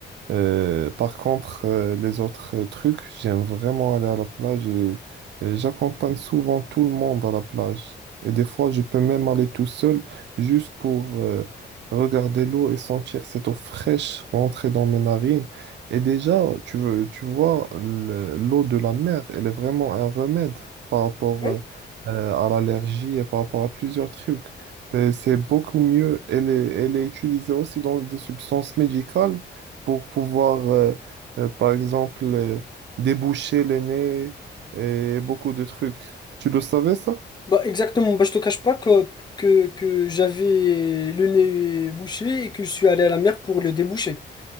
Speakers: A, on the right; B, on the left.
A: euh, par contre, euh, les autres euh, trucs, j'aime vraiment aller à la plage et, et j'accompagne souvent tout le monde à la plage. Et des fois, je peux même aller tout seul juste pour euh, regarder l'eau et sentir cette eau fraîche rentrer dans mes narines. Et déjà, tu veux, tu vois, le- l'eau de la mer, elle est vraiment un remède par rapport
B: Oui.
A: euh, euh, à l'allergie et par rapport à plusieurs trucs. Et C'est beaucoup mieux. Elle est, elle est utilisée aussi dans des substances médicales pour pouvoir, euh, euh, par exemple, euh, déboucher le nez et beaucoup de trucs. Tu le savais, ça?
B: Bah, exactement. Bah, je te cache pas que, que, que j'avais le nez bouché et que je suis allé à la mer pour le déboucher.